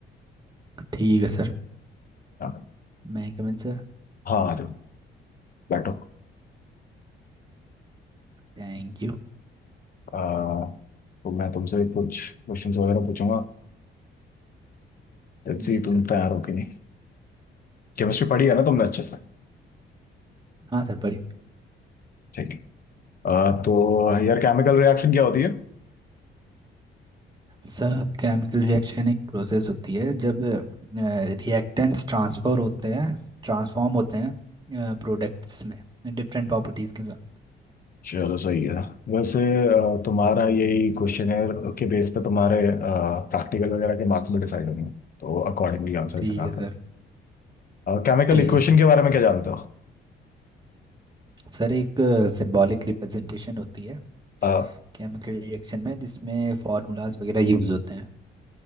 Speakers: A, on the right; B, on the left.
A: ठीक है सर
B: हाँ
A: मैं कमिन सर
B: हाँ, आ जाओ बैठो
A: Thank you
B: अ, तो मैं तुमसे कुछ क्वेश्चंस वगैरह पूछूंगा लेट्स सी
A: जी
B: तुम
A: सर
B: तैयार हो कि नहीं केमिस्ट्री पढ़ी है ना तुमने अच्छे से
A: हाँ सर पढ़िए
B: ठीक है अ, तो यार केमिकल रिएक्शन क्या होती है
A: सर केमिकल रिएक्शन एक प्रोसेस होती है जब रिएक्टेंट्स ट्रांसफर होते हैं ट्रांसफॉर्म होते हैं प्रोडक्ट्स में डिफरेंट प्रॉपर्टीज़ के साथ
B: चलो सही है वैसे अ, तुम्हारा यही क्वेश्चनेयर
A: Sorry.
B: के बेस पे तुम्हारे प्रैक्टिकल वगैरह के मार्क्स भी डिसाइड होंगे तो अकॉर्डिंगली आंसर
A: ठीक
B: देना
A: है
B: कर
A: सर
B: केमिकल
A: ठीक
B: इक्वेशन
A: है सर
B: के बारे में क्या जानते हो
A: सर एक सिंबॉलिक रिप्रेजेंटेशन होती है
B: अ,
A: केमिकल रिएक्शन में जिसमें फार्मूलाज वगैरह यूज़ होते हैं